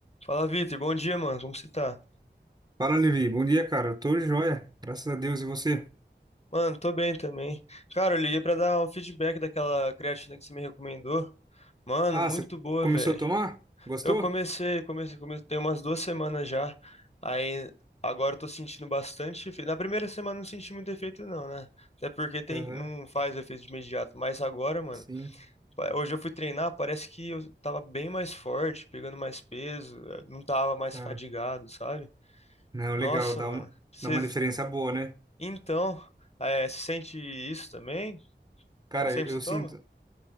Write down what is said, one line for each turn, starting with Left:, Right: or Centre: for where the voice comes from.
Left: Fala, Vitor. Bom dia, mano. Como você tá?
Right: Fala, Levi. Bom dia, cara. Eu tô joia. Graças a Deus. E você?
Left: Mano, tô bem também. Cara, eu liguei pra dar um feedback daquela creatina que você me recomendou. Mano,
Right: Ah,
Left: muito
Right: você
Left: boa,
Right: começou
Left: velho.
Right: a tomar? Gostou?
Left: Eu comecei, comecei, comecei, tem umas duas semanas já. Aí agora eu tô sentindo bastante efeito. Na primeira semana eu não senti muito efeito, não, né? Até porque tem,
Right: Aham.
Left: não faz efeito de imediato. Mas agora, mano,
Right: Sim,
Left: pa- hoje eu fui treinar, parece que eu tava bem mais forte, pegando mais peso, eh, não tava mais
Right: cara.
Left: fadigado, sabe?
Right: Não,
Left: Nossa,
Right: legal. Dá
Left: mano.
Right: uma,
Left: Você
Right: dá uma diferença boa, né?
Left: Então, é, você sente isso também?
Right: Cara,
Left: Faz tempo
Right: eu, eu
Left: que você toma?
Right: sinto.